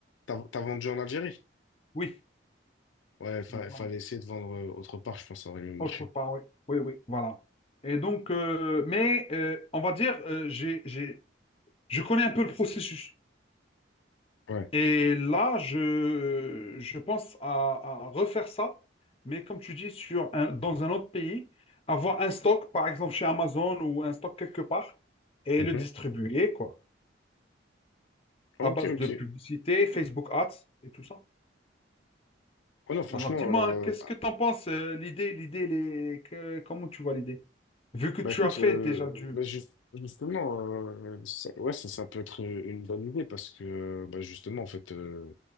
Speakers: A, on the left; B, on the left.
A: t'as t'as vendu en Algérie.
B: Oui.
A: Ouais, fa-
B: Donc voilà.
A: fallait essayer de vendre euh, autre part, je pense, ça aurait mieux marché.
B: Autre part, oui. Oui, oui, voilà. Et donc, euh, mais euh, on va dire, euh, j'ai, j'ai, je connais un peu le processus.
A: Ouais.
B: Et là, je, je pense à, à refaire ça, mais comme tu dis, sur un- dans un autre pays, avoir un stock, par exemple chez Amazon ou un stock quelque part, et
A: Mhm.
B: le distribuer, quoi,
A: Ok,
B: à base
A: ok.
B: de publicité, Facebook Ads et tout ça.
A: Oh non, franchement,
B: Alors, dis-moi,
A: euh,
B: qu'est-ce que tu en penses, euh, l'idée, l'idée, les... que- comment tu vois l'idée? Vu que
A: Bah
B: tu
A: écoute,
B: as fait
A: euh,
B: déjà du...
A: là, ju- justement, euh, ça, ouais, ça, ça peut être une bonne idée parce que bah, justement, en fait, euh,